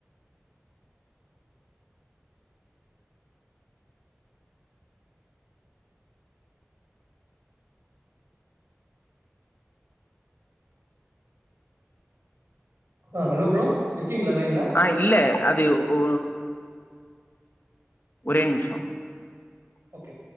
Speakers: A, on the right (about 70°); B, on the left (about 45°).
A: ஆ ஹலோ ப்ரோ இருக்கீங்களா லைன்ல
B: ஆ இல்ல அது ஒ ஒரே நிமிஷோ
A: ஓகே